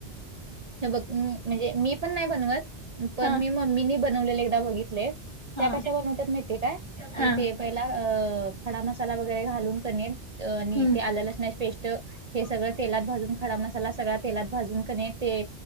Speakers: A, on the right (about 45°); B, on the left (about 30°).
A: हे बघ म म्हणजे मी पण नाही बनवत पण
B: हा
A: मी मम्मीनी बनवलेले एकदा बघितले. त्या
B: हा
A: कशा बनवतात माहीतेय काय कि
B: हा
A: ते पहिला अ खडा मसाला वगैरे घालून क ने आणि
B: हम्म
A: ते आलं लसणाची पेस्ट हे सगळं तेलात भाजून, खडा मसाला सगळा तेलात भाजून कने ते